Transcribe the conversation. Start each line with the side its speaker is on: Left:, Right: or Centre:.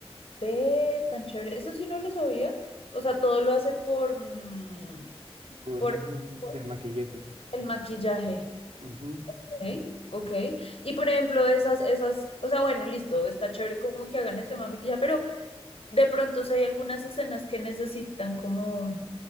Left: ve tan chévere. Eso sí no lo sabía. O sea, todo lo hace por, mm,
Right: por
Left: por,
Right: medio
Left: por
Right: del maquillaje.
Left: el maquillaje.
Right: Ujú.
Left: Ok. Ok. Y por ejemplo, esas, esas, o sea, bueno, listo, está chévere como que hagan el tema de maquillaje, pero de pronto si hay algunas escenas que necesitan como